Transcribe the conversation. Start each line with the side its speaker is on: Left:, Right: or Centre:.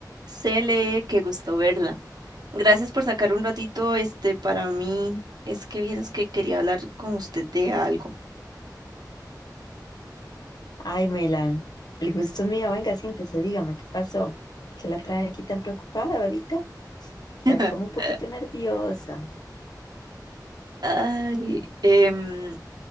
Right: Cele, qué gusto verla. Gracias por sacar un ratito este para mí. Es que vieras que quería hablar con usted de algo.
Left: Ay, Melan, el gusto es mío. Venga, siéntese, dígame, ¿qué pasó? ¿Qué la trae aquí tan preocupada, bebita? Está
Right: <laughs>
Left: como un poquito nerviosa.
Right: Ay, em,